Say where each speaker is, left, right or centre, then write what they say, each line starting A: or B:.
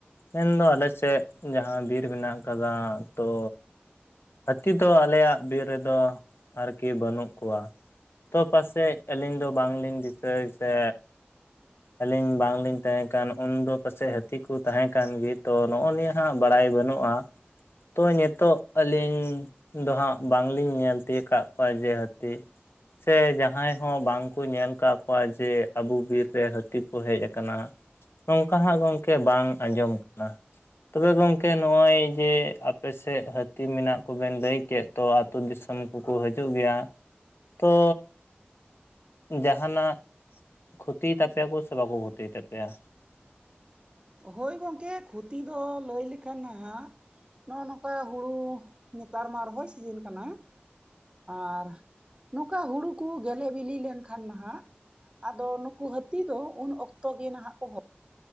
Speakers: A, on the left; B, on the right.
A: ᱢᱮᱱᱫᱚ ᱟᱞᱮ ᱥᱮᱫ ᱡᱟᱦᱟᱸ ᱵᱤᱨ ᱢᱮᱱᱟᱜ ᱟᱠᱟᱫᱟ ᱛᱚ ᱦᱟᱹᱛᱤ ᱫᱚ ᱟᱞᱮᱭᱟᱜ ᱵᱤᱨ ᱨᱮᱫᱚ ᱟᱨᱠᱤ ᱵᱟᱹᱱᱩᱜ ᱠᱚᱣᱟ ᱛᱚ ᱯᱟᱥᱮᱡ ᱟᱹᱞᱤᱧ ᱫᱚ ᱵᱟᱝ ᱞᱤᱧ ᱫᱤᱥᱟᱹᱭ ᱥᱮ ᱟᱹᱞᱤᱧ ᱵᱟᱝᱞᱤᱧ ᱛᱟᱦᱮᱸᱠᱟᱱ ᱩᱱᱫᱚ ᱯᱟᱥᱮᱡ ᱦᱟᱹᱛᱤ ᱠᱚ ᱛᱟᱦᱮᱸᱠᱟᱱ ᱜᱮ ᱛᱚ ᱱᱚᱜᱼᱚ ᱱᱤᱭᱟᱹ ᱦᱟᱸᱜ ᱵᱟᱲᱟᱭ ᱵᱟᱹᱱᱩᱜᱼᱟ ᱛᱚ ᱱᱤᱛᱚᱜ ᱟᱹᱞᱤᱧ ᱫᱚ ᱦᱟᱸᱜ ᱵᱟᱝ ᱞᱤᱧ ᱧᱮᱞ ᱛᱤᱭᱳᱜ ᱟᱠᱟᱫ ᱠᱚᱣᱟ ᱡᱮ ᱦᱟᱹᱛᱤ ᱥᱮ ᱡᱟᱦᱟᱸᱭ ᱦᱚᱸ ᱵᱟᱝ ᱠᱚ ᱧᱮᱞ ᱟᱠᱟᱫ ᱠᱚᱣᱟ ᱡᱮ ᱟᱵᱚ ᱵᱤᱨ ᱨᱮ ᱦᱟᱹᱛᱤ ᱠᱚ ᱦᱮᱡ ᱟᱠᱟᱱᱟ ᱱᱚᱝᱠᱟ ᱦᱟᱸᱜ ᱜᱚᱢᱠᱮ ᱵᱟᱝ ᱟᱸᱡᱚᱢ ᱠᱟᱱᱟ ᱛᱚᱵᱮ ᱜᱚᱝᱠᱮ ᱱᱚᱜᱼᱚᱭ ᱡᱮ ᱟᱯᱮᱥᱮᱫ ᱦᱟᱹᱛᱤ ᱢᱮᱱᱟᱜ ᱠᱚᱵᱮᱱ ᱞᱟᱹᱭ ᱠᱮᱫ ᱛᱚ ᱟᱛᱳ ᱫᱤᱥᱚᱢ ᱠᱚᱠᱚ ᱦᱤᱡᱩᱜ ᱜᱮᱭᱟ ᱛᱚ ᱡᱟᱦᱟᱱᱟᱜ ᱠᱷᱚᱛᱤᱭ ᱛᱟᱯᱮᱭᱟᱠᱚ ᱥᱮ ᱵᱟᱠᱚ ᱠᱷᱚᱛᱤᱭ ᱛᱟᱯᱮᱭᱟ?
B: ᱦᱳᱭ ᱜᱚᱢᱠᱮ ᱠᱷᱚᱛᱤ ᱫᱚ ᱞᱟᱹᱭ ᱞᱮᱠᱷᱟᱱ ᱦᱟᱸᱜ ᱱᱚᱜᱼᱚ ᱱᱚᱝᱠᱟ ᱦᱩᱲᱩ ᱱᱮᱛᱟᱨ ᱢᱟ ᱨᱚᱦᱚᱭ ᱥᱤᱡᱤᱱ ᱠᱟᱱᱟ ᱟᱨ ᱱᱚᱝᱠᱟ ᱦᱩᱲᱩ ᱠᱚ ᱜᱮᱞᱮ ᱵᱤᱞᱤ ᱞᱮᱱᱠᱷᱟᱱ ᱱᱟᱦᱟᱜ ᱟᱫᱚ ᱱᱩᱠᱩ ᱦᱟᱹᱛᱤ ᱫᱚ ᱩᱱ ᱚᱠᱛᱚ ᱜᱮ ᱱᱟᱦᱟᱜ ᱠᱚ ᱦᱚᱼᱼ